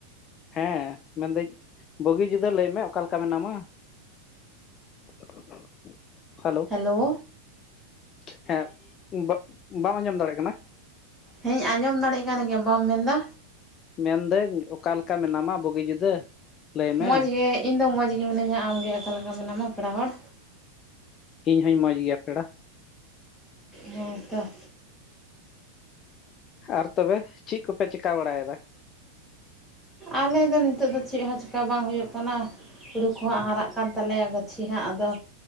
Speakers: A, on the left; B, in the centre.
A: ᱦᱮᱸ ᱢᱮᱱᱫᱟᱹᱧ ᱵᱩᱜᱤ ᱡᱩᱫᱟᱹ ᱞᱟᱹᱭ ᱢᱮ ᱚᱠᱟ ᱞᱮᱠᱟ ᱢᱮᱱᱟᱢᱟᱹ? <unintelligible> ᱦᱟᱞᱳ
B: ᱦᱮᱞᱳ
A: <unintelligible> ᱦᱮᱸ ᱵᱟᱢ ᱟᱸᱡᱚᱢ ᱫᱟᱲᱮᱜ ᱠᱟᱱᱟ
B: ᱦᱮᱸᱧ ᱟᱸᱡᱚᱢ ᱫᱟᱲᱮᱜ ᱠᱟᱱ ᱜᱮᱭᱟ ᱵᱟᱢ ᱢᱮᱱᱫᱟ᱾
A: ᱢᱮᱱᱫᱟᱹᱧ ᱚᱠᱟᱞᱮ ᱞᱮᱠᱟ ᱢᱮᱱᱟᱢᱟ ᱵᱩᱜᱤ ᱡᱩᱫᱟᱹ᱾ ᱞᱟᱹᱭ ᱢᱮ
B: ᱢᱚᱡᱽ ᱜᱮ ᱤᱧᱫᱚ ᱢᱚᱡᱽᱜᱮ ᱢᱤᱱᱟᱹᱧᱟᱹ ᱟᱢᱜᱮ ᱚᱠᱟᱞᱮᱠᱟ ᱢᱮᱱᱟᱢᱟ ᱯᱮᱲᱟ ᱦᱚᱲ?
A: ᱤᱧ ᱦᱚᱧ ᱢᱚᱸᱡᱽ ᱜᱮᱭᱟ ᱯᱮᱲᱟ᱾
B: ᱦᱮᱸ ᱛᱚ᱾
A: ᱟᱨ ᱛᱚᱵᱮ ᱪᱮᱫ ᱠᱚᱯᱮ ᱪᱤᱠᱟ ᱵᱟᱲᱟᱭᱫᱟ?
B: ᱟᱞᱮ ᱫᱚ ᱱᱤᱛᱚᱜ ᱫᱚ ᱪᱮᱫ ᱦᱚᱸ ᱪᱤᱠᱟ ᱵᱟᱝ ᱦᱩᱭᱩᱜ ᱠᱟᱱᱟᱹ ᱾ ᱦᱩᱲᱩ ᱠᱚᱦᱟᱸ ᱦᱟᱨᱟᱜ ᱠᱟᱱ ᱛᱟᱞᱮᱭᱟ ᱜᱟᱹᱪᱷᱤ ᱦᱟᱸᱜ ᱟᱫᱚ᱾